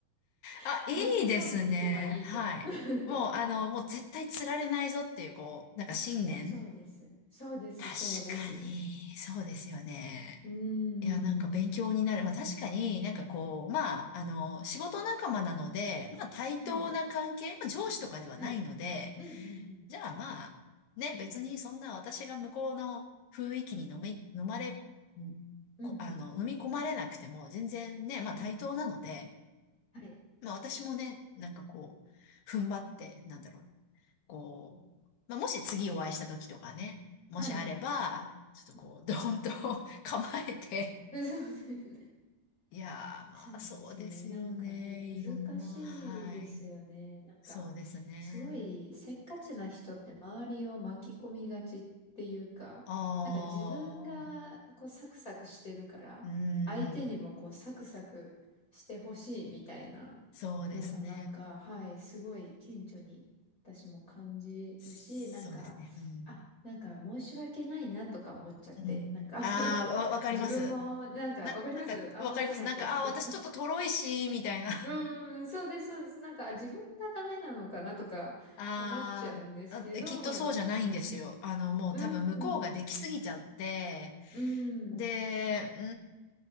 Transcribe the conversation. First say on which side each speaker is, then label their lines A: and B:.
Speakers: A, on the left (about 25°); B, on the left (about 75°).
A: <laughs>
B: あ、いいですね。
A: 巻き込んでいけばいいと。
B: はい。
A: <laughs>
B: もう、あの、もう絶対釣られないぞっていう、こう、なんか信念。
A: あ、そうです。そうです、
B: 確かに、
A: そうです。
B: そうですよね。
A: うーん。
B: いや、なんか勉強になる。まあ確かになんかこう、まあ、あの、仕事仲間なので、まあ対等な関係、
A: はい、
B: まあ上司とかではないので、
A: はい。うんうんうん。
B: じゃあまあ、ね、別にそんな私が向こうの雰囲気に飲み、飲まれ、うんこ、
A: うんうん。
B: あの、飲み込まれなくても全然ね、まあ対等なので、
A: はい、はい、
B: まあ私もね、なんかこう、踏ん張って、なんだろう。こう、まあ、もし次お会いした時とかね、もしあれば、
A: はい。
B: ちょっとこう、
A: うん
B: ドーンと <laughs> 構えて、
A: <laughs> そうです
B: いやー、まあ、
A: そうですね。
B: そうですよね。
A: なんかね、難しいですよね。
B: いろんな、はい。
A: なんか、
B: そうですね。
A: すごいせっかちな人って周りを巻き込みがちっていうか、
B: ああ、
A: なんか自分がこうサクサクしてるから、
B: うん。
A: 相手にもこうサクサクしてほしいみたいな
B: そうですね。
A: のがなんか、はい、すごい顕著に私も感じるし、
B: そうですね。
A: なんか、
B: うん。
A: あ、なんか申し訳ないなとか思っちゃって、
B: うん。
A: なんか
B: ああ、
A: <laughs>
B: わ、わかります。
A: 自分もなんかわかります合わせなきゃみたいな
B: な、なんか、わかります。なんか、ああ、私ちょっととろいし、みたいな。
A: うんうん、そうです、そうです。なんか、自分がダメなのかなとか思っちゃうんですけど、
B: あーあ、きっとそうじゃないんですよ。
A: うん、
B: あの、もう多分向こうができすぎちゃって、
A: うん、うん、
B: で、